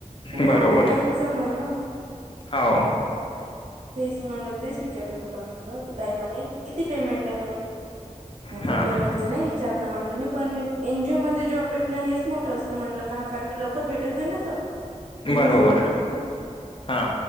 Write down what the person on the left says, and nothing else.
बरोबर
हो
हा
बरोबर
हा